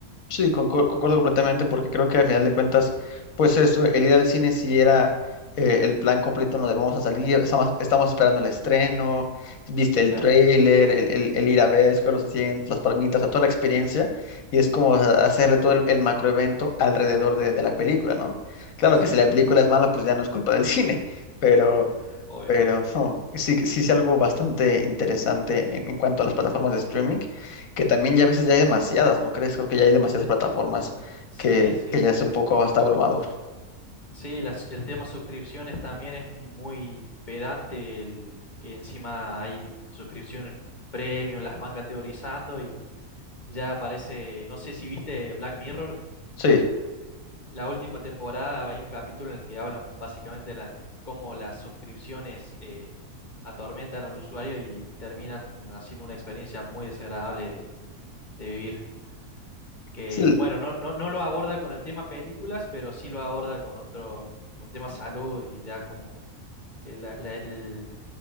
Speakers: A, on the left; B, on the left.
A: Sí, concor- concuerdo completamente porque creo que al final de cuentas, pues eso, el ir al cine si era eh, el plan completo, no debemos a salir, estamos, estamos esperando el estreno, viste el
B: Claro,
A: tráiler, el, el- el ir a ver, escoger los asientos, las palmitas, o sea, toda la experiencia y es como o hacerle todo el, el macroevento alrededor de, de la película, ¿no? Claro
B: sí,
A: que si la película es mala, pues ya no es culpa del <laughs> cine, pero,
B: obvio,
A: pero
B: obvio.
A: <laughs> oh, sí, sí es algo bastante interesante en en cuanto a las plataformas de streaming que también ya a veces ya hay demasiadas, ¿no crees? Creo que ya hay demasiadas plataformas
B: Sí,
A: que,
B: sí.
A: que ya es un poco hasta abrumador.
B: Sí, las, el tema suscripciones también es muy pedante, el, que encima hay suscripciones premium, las van categorizando y ya aparece, no sé si viste Black Mirror.
A: Sí,
B: La última temporada hay un capítulo en el que hablan básicamente de las- cómo las suscripciones eh, atormentan al usuario y terminan haciendo una experiencia muy desagradable de, de vivir. Que
A: sí, l-
B: bueno, no, no, no lo aborda con el tema películas, pero sí lo aborda con otro, con tema salud y ya como que la- la- el-